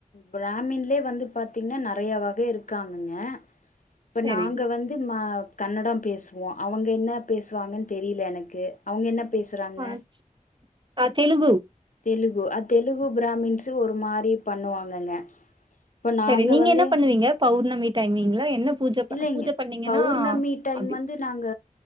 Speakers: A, on the left; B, on the right.
A: பிராமின்லே வந்து பாத்தீங்கன்னா நெறைய வக இருக்காங்கங்க இப்ப
B: சரி.
A: நாங்க வந்து மா கன்னட பேசுவோ அவுங்க என்ன பேசுவாங்க தெரியல எனக்கு அவுங்க என்ன பேசுறாங்க
B: பான்ஞ்சி ஆ தெலுகு
A: தெலுகு அ தெலுகு பிராமின்ஸ்ு ஒரு மாரி பண்ணுவாங்கங்க இப்ப
B: சரி
A: நாங்க
B: நீங்க
A: வந்து
B: என்ன பண்ணுவீங்க பௌர்ணமி டைமிங்ல என்ன பூஜ ப
A: இல்லைங்க
B: பூஜ பண்ணீங்கன்னா
A: பௌர்ணமி டைம்
B: அப்டி
A: வந்து நாங்க